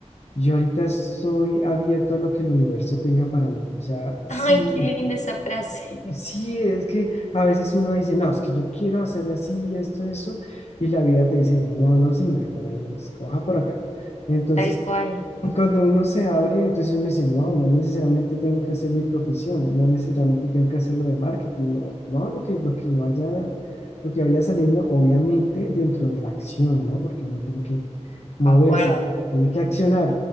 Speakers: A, on the left (about 65°); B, on the left (about 80°).
A: Yo ahorita estoy abierto a lo que el universo tenga para mí. O sea,
B: <laughs>
A: sí,
B: Ay, qué linda esa frase. <laughs>
A: sí, es que a veces uno dice, no, es que yo quiero hacer así, esto, eso, y la vida te dice, no, no, señor, por ahí no es, coja por acá. Entonces,
B: Tal cual.
A: cuando uno se abre, entonces uno dice, no, no necesariamente tengo que hacer mi profesión, no necesariamente tengo que hacer lo de marketing, no, no, lo que, lo que vaya, lo que vaya saliendo, obviamente dentro de la acción, ¿no? Porque uno tiene que moverse,
B: Concuerdo.
A: tiene que accionar.